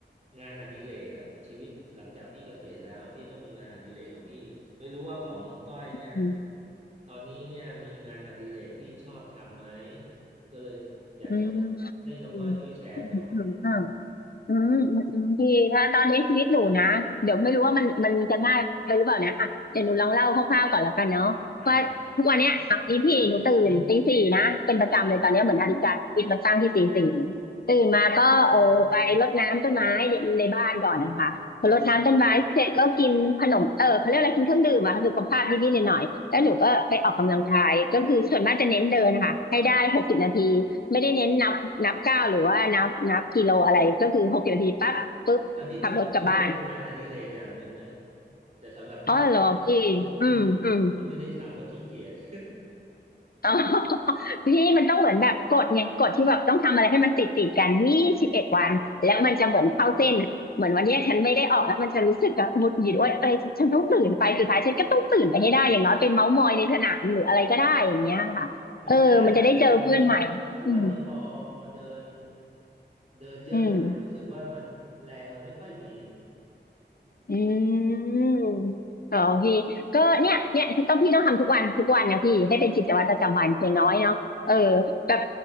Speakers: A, on the right (about 40°); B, on the left (about 55°).
A: งานอดิเรกอะชีวิตหลังจากพี่เกษียณแล้วพี่ก็มีงานอดิเรกของพี่ไม่รู้ว่าของก้อยเนี่ย
B: อืม
A: ตอนนี้เนี่ยมีงานอดิเรกที่ชอบทำไหมก็เลยอยากจะ
B: อืม
A: ให้น้องก้อยช่วยแชร์หน่อย
B: อืมอืม อืมอืมอืมพี่ถ้าตอนนี้ชีวิตหนูนะเดี๋ยวไม่รู้ว่ามันมันจะง่ายไปหรือเปล่านะอ่ะเดี๋ยวหนูลองเล่าคร่าวๆก่อนแล้วกันเนาะว่าทุกวันเนี้ยอ่ะอีพี่หนูตื่นตีสี่นะเป็นประจำเลยตอนเนี้ยเหมือนนาฬิกาชีวิตมันตั้งที่ตีสี่เนี่ยตื่นมาก็เออไปรดน้ำต้นไม้ในในบ้านก่อนนะคะพอรดน้ำต้นไม้เสร็จก็กินขนมเออเขาเรียกอะไรกินเครื่องดื่มอะสุขภาพนิดๆหน่อยๆแล้วหนูก็ไปออกกำลังกายก็คือส่วนมากจะเน้นเดินนะคะให้ได้หกสิบนาที
A: ครับครับอืม
B: ไม่ได้เน้นนับ นับก้าวหรือว่านับนับกิโลอะไรก็คือหกสิบนาทีปั๊บปุ๊บขับรถกลับบ้าน
A: อันนี้ก็ถือว่าเป็นงานอดิเรกอย่างหนึ่งนะแต่สำหรับพี่พี่พี่ที่ไม่
B: อ๋อเหรอพี่อืมอืม
A: ที่ไม่ได้ทำเพราะขี้เกียจ <laughs>
B: อ๋อ <laughs> พี่มันต้องเหมือนแบบกฎไงกฎที่แบบต้องทำอะไรให้มันติดติดกันยี่สิบเอ็ดวันแล้วมันจะเหมือนเข้าเส้นเหมือนวันเนี้ยฉันไม่ได้ออกแล้วมันจะรู้สึกแบบหงุดหงิดว่าอะไรฉันต้องตื่นไปสุดท้ายฉันก็ต้องตื่นไปให้ได้อย่างน้อยเปนเมาส์มอยในสนามหรืออะไรก็ได้อย่างเงี้ยค่ะเออมันจะได้เจอเพื่อนใหม่อืม
A: อ๋อเหรอมีหน้านะทุกวันนี้ทุกวันนี้พอพอเดินเดินเยอะหน่อยรู้สึกว่ามันแรงมันไม่ค่อยมี
B: อืม อืมอ๋อพี่ก็เนี่ยเนี่ยพี่ต้องพี่ต้องทำทุกวัน ทุกวันนะพี่ให้เป็นกิจวัตรประจำวันอย่างน้อยเนาะเออ
A: อืม
B: แบบ